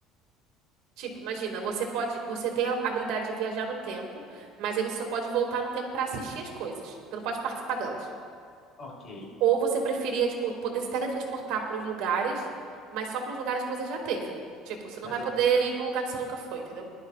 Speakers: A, on the right; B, on the left.
A: Tipo, imagina, você pode, você tem a habilidade de viajar no tempo, mas aí você só pode voltar no tempo pra assistir as coisas. Você não pode participar delas.
B: Ok.
A: Ou você preferia, tipo, poder se teletransportar pros lugares, mas só pros lugares que você já teve. Tipo, você não
B: Mas
A: vai
B: eu,
A: poder ir pra um lugar que você nunca foi, entendeu?